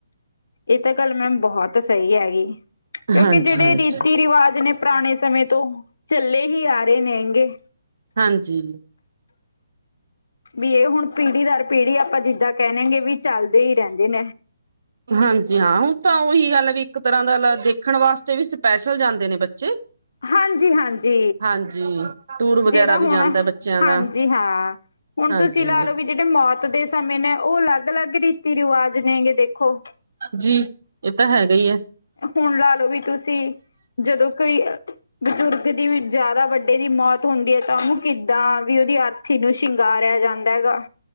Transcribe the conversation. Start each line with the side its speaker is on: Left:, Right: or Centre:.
Left: ਇਹ ਤਾਂ ਗੱਲ ਮੈਮ ਬਹੁਤ ਸਹੀ ਹੈਗੀ ਕਿਉਂਕਿ
Right: ਹਾਂਜੀ
Left: ਜਿਹੜੇ
Right: ਹਾਂਜੀ
Left: ਰੀਤੀ ਰਿਵਾਜ ਨੇ ਪੁਰਾਣੇ ਸਮੇਂ ਤੋਂ ਚੱਲੇ ਹੀ ਆ ਰਹੇ ਨੇ ਹਿੰਗੇ।
Right: ਹਾਂਜੀ।
Left: ਵੀ ਇਹ ਹੁਣ ਪੀੜ੍ਹੀ ਦਰ ਪੀੜ੍ਹੀ ਆਪਾਂ ਜਿੱਦਾਂ ਕਹਿਣਗੇ ਵੀ ਚੱਲਦੇ ਹੀ ਰਹਿੰਦੇ ਨੇ।
Right: ਹਾਂਜੀ ਹਾ ਹੁਣ ਤਾ ਉਹੀ ਗੱਲ ਵੀ ਇੱਕ ਤਰ੍ਹਾ ਦਾ ਦੇਖਣ ਵਾਸਤੇ ਵੀ ਸਪੈਸ਼ਲ ਜਾਂਦੇ ਨੇ ਬੱਚੇ।
Left: ਹਾਂਜੀ-ਹਾਂਜੀ
Right: ਹਾਂਜੀ ਟੂਰ ਵਗੈਰਾ
Left: ਜਿਹੜਾ
Right: ਵੀ
Left: ਹੁਣ
Right: ਜਾਂਦਾ ਬੱਚਿਆਂ
Left: ਹਾਂਜੀ
Right: ਦਾ
Left: ਹਾਂ। ਹੁਣ
Right: ਹਾਂਜੀ
Left: ਤੁਸੀ ਲਾ ਲਓ ਵੀ ਜਿਹੜੇ ਮੌਤ ਦੇ ਸਮੇਂ ਨੇ ਉਹ ਅਲਗ-ਅਲਗ ਰੀਤੀ ਰਿਵਾਜ਼ ਨੇਗੇ ਦੇਖੋ।
Right: ਜੀ ਇਹ ਤਾਂ ਹੈਗਾ ਹੀ ਹੈ।
Left: ਹੁਣ ਲਾ ਲੋ ਵੀ ਤੁਸੀਂ ਜਦੋਂ ਕੋਈ ਬਜ਼ੁਰਗ ਦੀ ਜਾਦਾ ਵੱਡੀ ਦੀ ਮੌਤ ਹੁੰਦੀ ਹੈ ਤਾਂ ਉਹਨੂੰ ਕਿੱਦਾਂ ਵੀ ਉਹਦੀ ਅਰਥੀ ਨੂੰ ਸ਼ਿੰਗਾਰਿਆ ਜਾਂਦਾ ਹੈਗਾ।